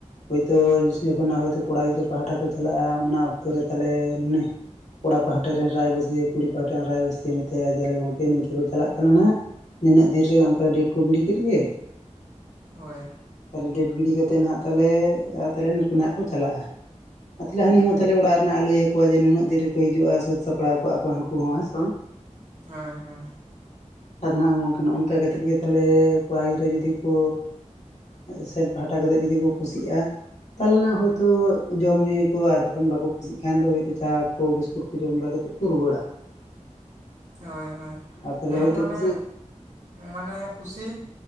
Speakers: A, on the left; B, on the right.
A: ᱦᱳᱭ ᱛᱳ ᱡᱚᱠᱷᱚᱱ ᱦᱚᱭ ᱛᱳ ᱠᱚᱲᱟ ᱜᱤᱫᱽᱨᱟᱹ ᱯᱟᱦᱴᱟ ᱠᱚ ᱪᱟᱞᱟᱜ-ᱟ ᱚᱱᱟ ᱚᱠᱛᱚ ᱨᱮ ᱛᱟᱦᱞᱮ ᱠᱚᱲᱟ ᱯᱟᱦᱴᱟ ᱨᱮᱱ ᱨᱟᱭᱵᱟᱹᱥᱤᱭᱟᱹ ᱠᱩᱲᱤ ᱯᱟᱦᱟᱴᱟ ᱨᱮᱱ ᱨᱟᱭᱵᱟᱹᱥᱤᱭᱟᱹ ᱢᱮᱛᱟᱭᱟ ᱡᱟᱞᱮ ᱜᱚᱢᱠᱮ ᱪᱟᱞᱟᱜ ᱠᱟᱱᱟ ᱱᱟᱦᱟᱜᱼᱼ ᱱᱤᱱᱟᱹᱜ ᱫᱤᱱ ᱚᱱᱠᱟ ᱠᱚ ᱜᱤᱲᱤ ᱠᱮᱫ ᱜᱮ
B: ᱦᱳᱭ
A: ᱛᱟᱦᱞᱮ ᱰᱮᱴ ᱜᱤᱰᱤ ᱠᱟᱛᱮᱫ ᱱᱟᱦᱟᱜ ᱛᱟᱦᱞᱮ ᱛᱟᱦᱞᱮ ᱱᱩᱠᱩ ᱱᱟᱦᱟᱜ ᱠᱚ ᱪᱟᱞᱟᱜ-ᱟ ᱟᱨ ᱛᱟᱦᱞᱮ
B: ᱦᱮᱸ
A: ᱦᱟᱹᱱᱤ ᱦᱚᱸ ᱛᱟᱦᱞᱮ ᱚᱲᱟᱜ ᱨᱮᱱᱟᱜ ᱞᱟᱹᱭᱟ ᱠᱚᱣᱟᱭ ᱡᱮ ᱱᱩᱱᱟᱹᱜ ᱫᱤᱱ ᱨᱮᱠᱚ ᱦᱤᱡᱩᱜ-ᱟ ᱥᱟᱹᱛ ᱥᱟᱯᱲᱟᱣ ᱠᱟᱜ-ᱟ ᱠᱚᱣᱟ ᱦᱟᱹᱱᱠᱩ ᱦᱚᱸ ᱦᱮᱸ ᱥᱮ ᱵᱟᱝ
B: ᱦᱮᱸ ᱦᱮᱸ
A: ᱟᱫᱚ ᱱᱟᱜ ᱜᱚᱢᱠᱮ ᱚᱱᱠᱟ ᱠᱟᱛᱮᱫ ᱛᱟᱦᱞᱮ ᱠᱚᱲᱟ ᱡᱩᱫᱤ ᱠᱚᱻ ᱥᱮᱱ ᱯᱟᱦᱴᱟ ᱠᱟᱛᱮᱫ ᱡᱩᱫᱤ ᱠᱚ ᱠᱩᱥᱤᱜ-ᱟ ᱛᱟᱦᱚᱞᱮ ᱱᱟ ᱦᱳᱭ ᱛᱳ ᱡᱚᱢ ᱧᱩᱭᱟ ᱠᱚ ᱟᱨ ᱵᱟᱠᱷᱟᱱ ᱵᱟᱠᱚ ᱠᱩᱥᱤᱜᱼᱼ ᱪᱮᱫ ᱠᱷᱟᱱ ᱫᱚ ᱦᱚᱭ ᱛᱚ ᱪᱟ ᱠᱚ ᱵᱤᱥᱠᱩᱴ ᱠᱚ ᱡᱚᱢ ᱵᱟᱲᱟ ᱠᱟᱛᱮᱫ ᱠᱚ ᱨᱩᱣᱟᱹᱲᱟ
B: ᱦᱳᱭ ᱦᱳᱭ
A: ᱟᱨ ᱛᱟᱦᱚᱞᱮ
B: ᱦᱮᱸ
A: ᱦᱳᱭᱛᱳ
B: ᱢᱟᱱᱮ
A: ᱠᱩᱥᱤ
B: ᱢᱟᱱᱮ ᱠᱩᱥᱤᱼᱼ